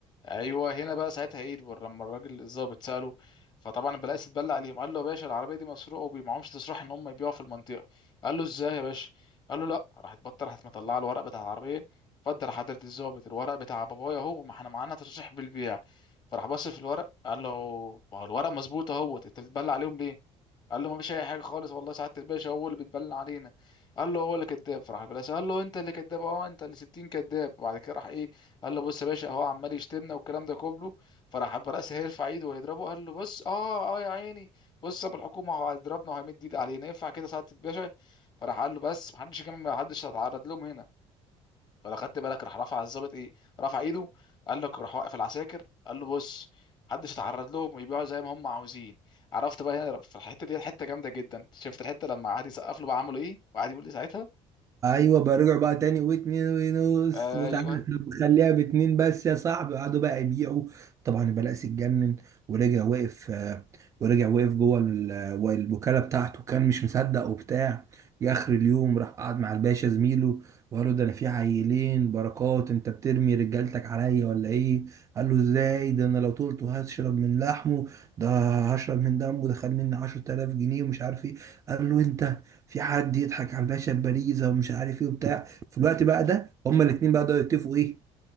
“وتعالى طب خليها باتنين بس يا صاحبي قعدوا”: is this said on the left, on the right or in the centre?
Right